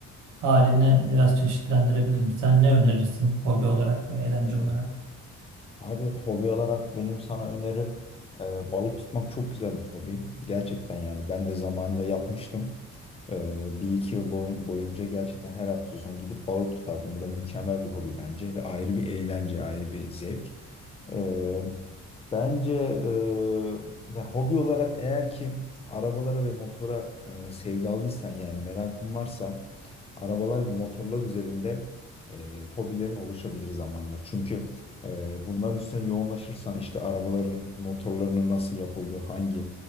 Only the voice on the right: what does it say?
halini biraz çeşitlendirebilirim. Sen ne önerirsin hobi olarak, eğlence
olarak?